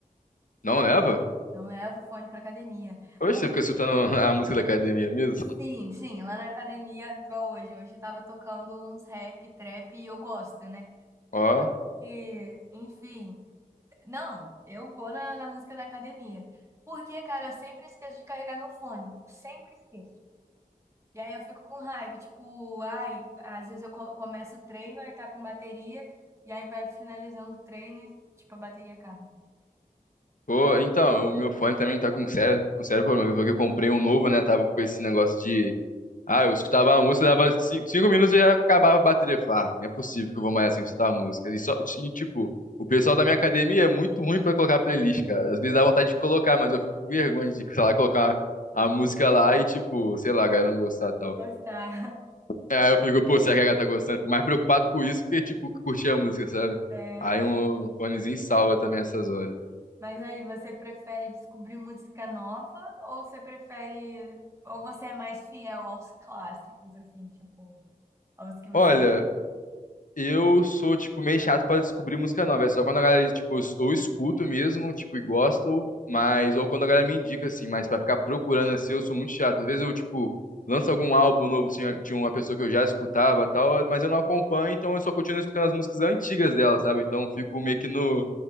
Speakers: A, on the left; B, on the right.
A: não leva?
B: Não levo fone pra academia.
A: Oxe,
B: porque
A: você fica escutando a música da academia mesmo?
B: Sim, sim, lá na academia, igual hoje. Hoje tava tocando uns rap, trap e eu gosto, né?
A: Ó.
B: Só que, enfim, não, eu vou na, na música da academia. Porque, cara, eu sempre esqueço de carregar meu fone. Sempre esqueço. E aí eu fico com raiva, tipo, ai, às vezes eu co- começo o treino, aí tá com bateria, e aí vai finalizando o treino e, tipo, a bateria acaba.
A: Pô, então, o meu fone também tá com sério, com sério problema. Eu vi que eu comprei um novo, né? Tava com esse negócio de Ah, eu escutava a música, dava cin- cinco, minutos e já acabava a bateria. Eu Falava, ah, não é possível que eu vou mais sem escutar a música. E, só, e, tipo, o pessoal da minha academia é muito ruim pra colocar playlist, cara. Às vezes dá vontade de colocar, mas eu fico com vergonha de, sei lá, colocar a música lá e, tipo, sei lá, a galera não gostar e tal.
B: Não gostar.
A: Aí eu fico, pô, será que a galera tá gostando? Fico mais preocupado com isso que, tipo, curtir a música, sabe?
B: <laughs>
A: Aí um fonezinho salva também essas horas.
B: Mas aí, você prefere descobrir música nova ou você prefere. Ou você é mais fiel aos clássicos, assim, tipo, aos que você
A: Olha,
B: gosta?
A: Eu sou, tipo, meio chato pra descobrir música nova. É só quando a galera, tipo, eu s- ou escuto mesmo, tipo, e gosto, mas, ou quando a galera me indica, assim, mas pra ficar procurando assim, eu sou muito chato. Às vezes eu, tipo, lanço algum álbum novo, assim, de uma pessoa que eu já escutava e tal, mas eu não acompanho, então eu só continuo escutando as músicas antigas dela, sabe? Então eu fico meio que no,